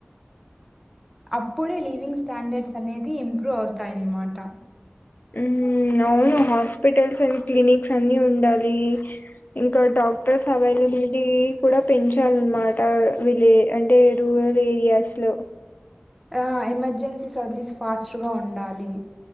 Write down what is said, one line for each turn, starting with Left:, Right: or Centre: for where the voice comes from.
Centre: అప్పుడే లివింగ్ స్టాండర్డ్స్ అనేది ఇంప్రూవ్ అవుతాయి అనమాట
Left: హ్మ్ అవును హాస్పిటల్స్ అండ్ క్లినిక్స్ అన్ని ఉండాలి. ఇంకా డాక్టర్స్ అవైలబుల్ లిటి కూడా పెంచాలన్నమాట విలే అంటే రూరల్ ఏరియాస్ లో
Centre: ఆ ఎమర్జెన్సీ సర్వీస్ ఫాస్ట్గా ఉండాలి.